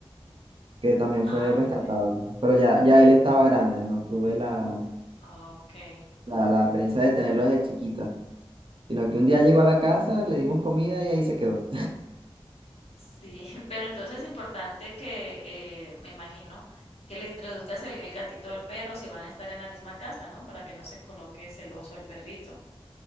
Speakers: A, on the right (about 60°); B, on the left (about 80°).
A: que también
B: Ah,
A: fue rescatado,
B: okey,
A: pero ya, ya él estaba grande, no tuve la,
B: okey.
A: la, la experiencia
B: Sí,
A: de tenerlo desde chiquita, sino que un día llegó a la casa, le dimos comida y ahí se quedó.
B: sí, <laughs> pero entonces es importante que, eh, me imagino, que le introduzcas el el gatito al perro si van a estar en la misma casa, ¿no? Para que no se coloque celoso el perrito.